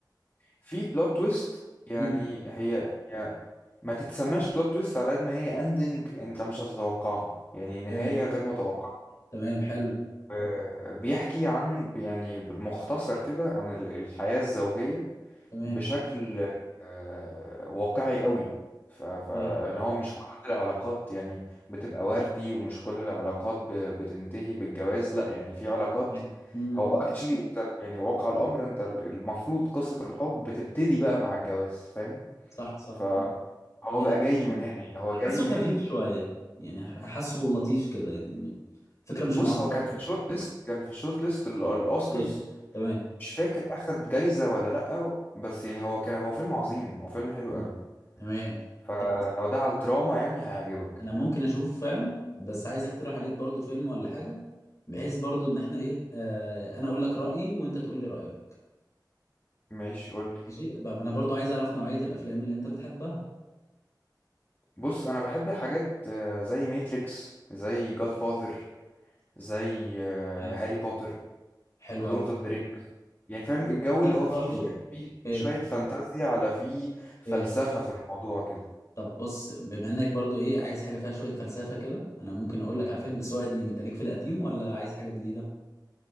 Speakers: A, on the left; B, on the left.
A: في بلوت تويست يعني
B: امم
A: هي هي ما تتسماش بلوت تويست على قد ما هي اندنج انت مش هتتوقعها يعني نهاية
B: تمام
A: غير متوقعة
B: تمام حلو
A: آه، بيحكي عن يعني بالمختصر كده عن ال- الحياة الزوجية
B: تمام
A: بشكل آه، واقعي قوي ف- فاللي
B: إيه،
A: هو مش كل العلاقات يعني بتبقى وردي ومش كل العلاقات ب- بتنتهي بالجواز لا يعني في علاقات
B: تمام امم
A: هو اكشلي انت يعني واقع الامر انت المفروض قصة الحب بتبتدي بقى مع الجواز فاهم
B: صح صح
A: فهو
B: يعني
A: بقى جاي من هنا يعني هو
B: حاسه
A: جاي
B: خفيف
A: من
B: شويه يعني حاسه لطيف كده يعني فكره مش معقده
A: بص هو كان في الشورت ليست كان في الشورت ليست ال- الاوسكارز
B: إيه، تمام
A: مش فاكر اخد جايزة ولا لا بس يعني هو كان هو فيلم عظيم هو فيلم حلو
B: مم.
A: قوي
B: تمام
A: فلو
B: طب بص،
A: ده على الدراما يعني هيعجبك
B: انا ممكن اشوفه فعلا بس عايز اقترح عليك برضو فيلم ولا حاجه بحيث برضو ان احنا ايه آه انا اقول لك رايي وانت تقول لي رايك
A: ماشي قولي
B: ماشي بقى انا برضو عايز اعرف نوعيه الافلام اللي انت بتحبها
A: بص انا بحب الحاجات آه، زي ماتريكس زي جاد فاذر زي آه،
B: تمام.
A: هاري بوتر
B: حلو
A: لورد
B: قوي
A: اوف ذا رينجز يعني فاهم الجو
B: فانتازي
A: اللي هو
B: برضه
A: فيه فيه
B: يعني
A: فيه فيه
B: ايه
A: شوية فانتازيا على فيه فلسفة
B: ايه
A: في الموضوع كده
B: طب بص بما انك برضه ايه عايز حاجه فيها شويه فلسفه كده انا ممكن اقول لك على فيلم بس هو قديم انت ليك في القديم ولا عايز حاجه جديده